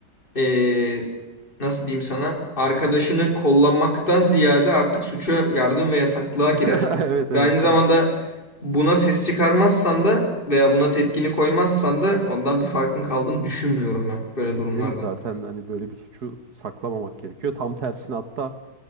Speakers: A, on the left (about 30°); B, on the right (about 60°).
A: eee, nasıl diyeyim sana arkadaşını kollamaktan ziyade artık suça yardım ve yataklığa girer.
B: <laughs> Evet evet
A: Ve aynı zamanda
B: değil mi?
A: buna ses çıkarmazsan da veya buna tepkini koymazsan da ondan bir farkın kaldığını düşünmüyorum ben böyle durumlarda.
B: Değil mi? Zaten hani böyle bir suçu saklamamak gerekiyor. Tam tersine hatta